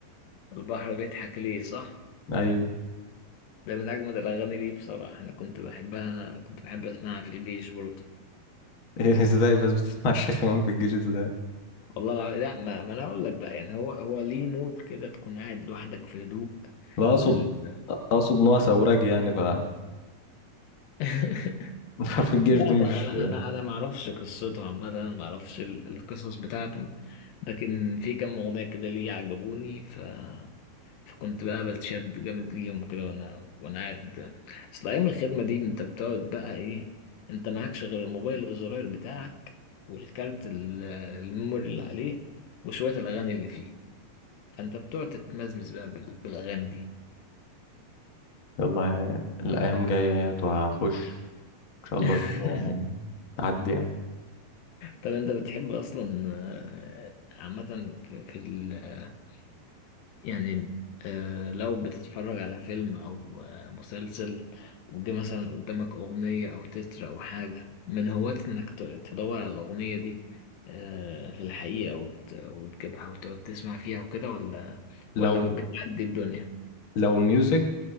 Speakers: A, on the left; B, on the left.
A: البحر بيضحك ليه صح
B: أيوة
A: ده من اجمد الاغاني ليه بصراحه انا كنت بحبها كنت بحب اسمعها في الجيش برضه
B: <laughs> ازاي بس بتسمع الشيخ إمام في الجيش ازاي
A: والله الع- لا ما, ما انا اقول لك بقى يعني هو هو ليه مود كده تكون قاعد لوحدك في هدوء
B: لا أقصد
A: وال...
B: أقصد إن هو ثورجي يعني ف <laughs>
A: <laughs>
B: ففي الجيش
A: لا
B: دي مش
A: ما انا انا انا ما اعرفش قصته عامه ما اعرفش ال- القصص بتاعته لكن في كم اغنيه كده ليه عجبوني ف فكنت بقى بتشد جامد ليهم كده وانا وانا قاعد اصل ايام الخدمه دي انت بتقعد بقى ايه انت معكش غير الموبايل الزراير بتاعك والكارت ال- الميموري اللي عليه وشويه الاغاني اللي فيه فانت بتقعد تتمزمز بقى بال- بالاغاني دي
B: يلا الأيام جاية اهيت وهخش إن شاء الله
A: <laughs>
B: الدنيا تعدي يعني
A: طب انت بتحب اصلا آه، عامه في في ال آه، يعني آه، لو بتتفرج على فيلم او آه، مسلسل وجه مثلا قدامك اغنيه او تتر او حاجه من هواة انك ت- تدور على الاغنيه دي آه، في الحقيقه وت- وتجيبها وتقعد تسمع فيها وكده ولا
B: لو
A: ولا بتعدي الدنيا
B: لو ميوزك